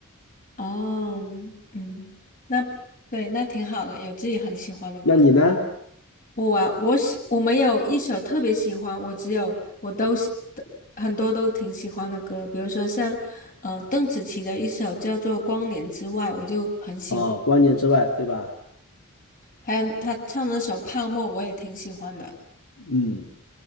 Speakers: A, on the left; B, on the left.
A: 哦，嗯，嗯那对，那挺好的，有自己很喜欢的歌。
B: 那你呢？
A: 我啊，我喜我没有一首特别喜欢，我只有我都喜的很多都挺喜欢的歌，比如说像呃邓紫棋的一首叫做《光年之外》，我就很喜欢，
B: 哦，光年之外，对吧？
A: 还有她唱那首《泡沫》，我也挺喜欢的。
B: 嗯，